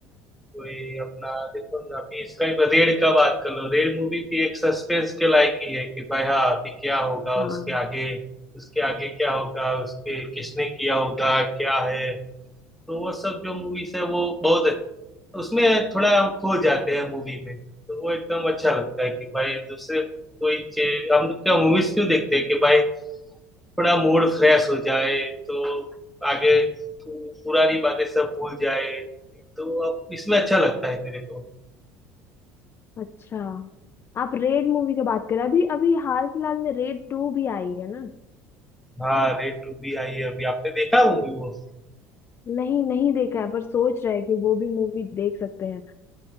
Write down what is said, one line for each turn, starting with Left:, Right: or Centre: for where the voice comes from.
Centre: कोई अपना देखो ना अभी इसका ही रेड का बात कर लो रेड मूवी भी एक सस्पेंस के लायक ही है कि भाई हाँ अभी क्या होगा
Left: हाँ
Centre: उसके आगे उसके आगे क्या होगा उसके किसने किया होगा क्या है तो वो सब जो मूवीज है वो बहुत उसमें थोड़ा हम खो जाते हैं मूवी में तो वो एकदम अच्छा लगता है कि भाई दूसरे कोई चीज हम क्या मूवीज क्यों देखते हैं कि भाई थोड़ा मूड फ्रेश हो जाए तो आगे पुरानी बातें सब भूल जाए तो अब इसमें अच्छा लगता है मेरे को
Left: अच्छा आप रेड मूवी की बात करें अभी अभी हाल फिलहाल में रेड टू भी आई है ना
Centre: हाँ रेड टू भी आई है अभी आपने देखा मूवी वो
Left: नहीं नहीं देखा है पर सोच रहे हैं कि वो भी मूवी देख सकते हैं